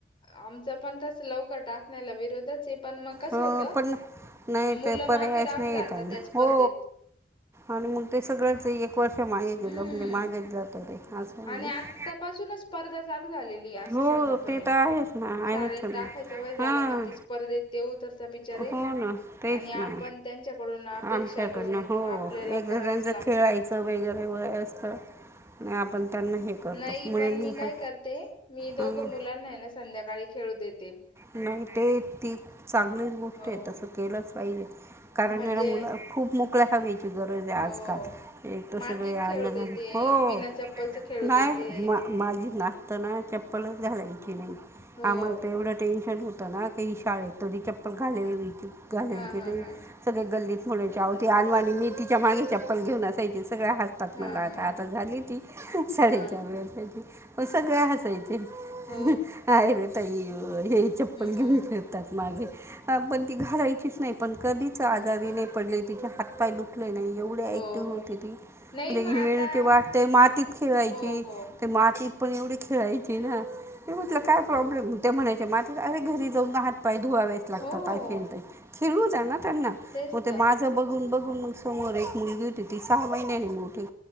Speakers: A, on the left; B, on the right.
A: आ ज पण तस लवकर टाकण्याला विरोधत पण मग कस
B: हो
A: होत
B: पण नाही
A: मुलं
B: ते पर्यायच
A: मागे राहून
B: नाही येत
A: जातात
B: आणि
A: त्या स्पर्धेत.
B: हो आणि मग ते सगळंच एक वर्ष मागे
A: हम्म
B: गेलं म्हणजे, मागेच जात ते असं आहे
A: आणि
B: ना
A: आतापासूनच स्पर्धा चालू झाली. अस
B: हो
A: समजा तुम्ही
B: ते तर आहेच ना आहेच
A: शाळेत टाकायचं
B: ना
A: वय झालं
B: हां
A: का ती स्पर्धेत तेऊ तरचा बिचार
B: हो ना तेच
A: आणि आपण
B: ना
A: त्यांच्याकडून अपेक्षा
B: आमच्याकडनं
A: ठेवून
B: हो
A: आपल्याला
B: एकजणांचं
A: करावंच लागत.
B: <unintelligible> वगैरे वय असत आपण त्यांना हे करतो
A: नाही
B: म्हणून
A: मी काय
B: पण
A: करते मी दोघ
B: हां
A: मुलांना ना संध्याकाळी खेळू देत
B: नाही ते ती चांगलीच गोष्ट
A: हो.
B: आहे, तस केलंच पाहिजे. कारण
A: म्हणजे
B: या मुला खूप मोकळ्या हवेची गरज आहे,
A: हो
B: आजकाल एक त
A: मातीत
B: स <unintelligible> आण
A: खेळू देते
B: हो
A: बिना चप्पलच खेळू
B: नाही
A: देते.
B: माझी नाशतना चप्पलच घालायची नाही.
A: हो
B: आमला तर एवढा ते, हो ना काही शाळेत कधी चप्पल घालेल घालेल
A: हा हा हा
B: सगळे गल्लीत म्हणायच्यावती आणनवानी मी तिच्या मागे चप्पल घेऊन असायचे. सगळं हसतात
A: हा
B: मला
A: हा
B: आता
A: हा
B: झाली ती साडेचार
A: हा
B: वर्षाची पण सगळे हसायचे. आहे
A: हो
B: रे तई हे चप्पल
A: हम्म
B: घेऊन फिरतात. माझे पण ती घालायचीच नाही पण कधीच
A: हम्म
B: आजारी
A: हा हा
B: नाही पडले, तिचे हात पाय दुख नाही एवढे.
A: हो
B: ऍक्टिव्ह होते ती
A: नाही
B: इम्युनिटी
A: मग आता
B: वाढते मातीत खेळायची
A: हो हो
B: ते मातीत पण एवढी खेळायची ना! ते म्हटलं काय प्रॉब्लेम त्या म्हणायचे मझ अरे घरी जाऊनात धुवावे लागतात
A: हो.
B: खेळू द्या ना त्यांना
A: तेच
B: मग ते
A: तर
B: माझं बघून - बघून ून स रे एक मली घडं ते सहा बहि नाही मठं